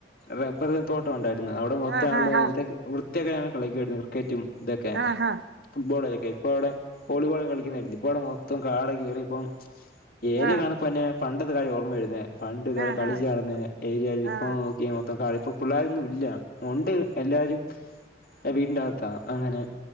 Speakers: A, on the left; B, on the right.
A: റബ്ബർ തോട്ടം ഉണ്ടായിര്ന്നു അവിടെ മൊത്ത
B: ആഹാ
A: ആൾ
B: ഹാ
A: നേരത്തെ വൃത്തിയക്കരാണ് കളിക്കായിര്ന്നു ക്രിക്കറ്റും ഇതൊക്കെ.
B: ആഹ്.
A: ഫുട്ബോളൊക്കെ ഇപ്പ അവ്ടെ വോളിബോള് കളിക്ക്ന്നുണ്ട് ഇപ്പവിടെ മൊത്തം കാട് കേറി ഇപ്പം. ഏര്യ
B: ആ
A: കാണപ്പ അന്നെ പണ്ടത്തെ കാര്യം ഓർമ്മ വരുന്നേ. പണ്ട് കാലം
B: ആഹാ
A: കളിച്ച് നടന്നെ ഏര്യ ആയിരിന്നു ഇപ്പം
B: ആ
A: നോക്കിയെ മൊത്തം കളിപ്പും. പിള്ളോര് ഒന്നും ഇല്ല ഒണ്ട് എല്ലാരും വീടിന്റെ അകത്താ അങ്ങനെ.